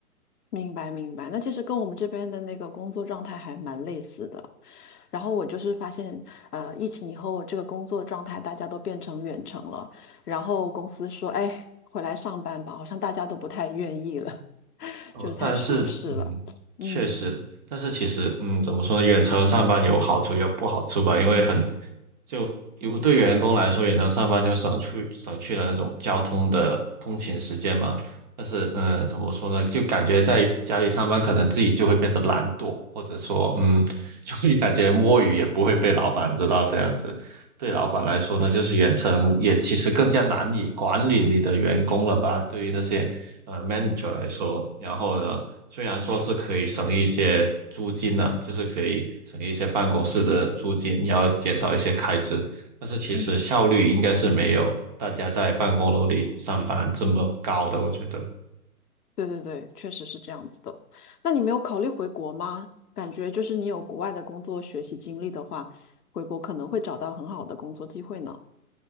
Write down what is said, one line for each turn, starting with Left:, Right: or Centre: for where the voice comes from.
Left: 明白明白，那其实跟我们这边的那个工作状态还蛮类似的。然后我就是发现，呃，疫情以后这个工作状态大家都变成远程了，然后公司说，哎，回来上班吧，好像大家都不太愿意了，<laughs>
Right: 哦，
Left: 就是太舒适了。
Right: 但是嗯，
Left: 嗯，
Right: 确实，但是其实嗯，怎么说呢？远程上班有好处也有不好处吧，因为很就如果对员工来说，远程上班就省去省去了那种交通的通勤时间嘛。但是嗯，呃怎么说呢？就感觉在家里上班，可能自己就会变得懒惰，或者说嗯，<laughs> 就会感觉摸鱼也不会被老板知道这样子。对老板来说呢，就是远程也其实更加难以管理你的员工了吧？对于那些呃 manager 来说，然后呢，虽然说是可以省一些租金呢、就是可以省一些办公室的租金，然后减少一些开支，但是其实效率应该是没有大家在办公楼里上班这么高的，
Left: 嗯。
Right: 我觉得。
Left: 对对对，确实是这样子的。那你没有考虑回国吗？感觉就是你有国外的工作学习经历的话，回国可能会找到很好的工作机会呢。